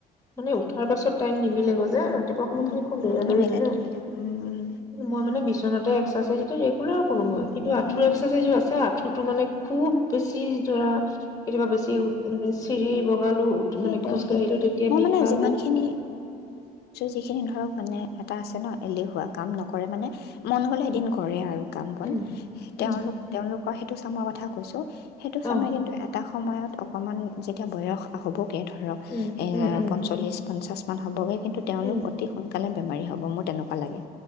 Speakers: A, on the left; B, on the left.
A: মানে উঠাৰ পাছত টাইম নিমিলেগৈ যে ৰাতিপুৱা সময়খিনি
B: উম,
A: খুব
B: উম,
A: দৌৰা
B: নিমিলে
A: দৌৰি হয় ন
B: নিমিলে উম, উম,
A: মই মানে বিচনাতে এক্সাৰচাইজ ৰেগুলাৰ কৰো
B: উম,
A: মই কিন্তু
B: উম,
A: আঠুৰ এক্সেৰচাইজো আছে আঁঠুত টো মানে খুব বেছি ধৰা, কেতিয়াবা বেছি মানে চিৰি বগালো
B: সেইটোয়ে
A: মানে খোজ কাঢ়িলো
B: সেইটোয়ে।
A: তেতিয়া
B: মই
A: বিষালে
B: মানে যিমান খিনি যিখিনি ধৰক মানে, এটা আছে ন? এলেহুৱা। কাম নকৰে মানে মন গলে
A: উম
B: এদিন কৰে আৰু কাম বন
A: উম
B: সেই।
A: উম
B: তেওঁলোক তেওঁলোকৰ টো চামৰ কথা কৈছো সেইটো চামে
A: অ
B: কিন্তু এটা সময়ত অকনমান যেতিয়া বয়স হবগৈ ধৰক
A: উম
B: এ
A: উম উম
B: পঞ্চলিছ পঞ্চাশ ম হ'বগে কিন্তু তেওঁলোক
A: উম
B: অতি স সোনকালে বেমাৰী হ'ব মোৰ তেনেকুৱা লাগে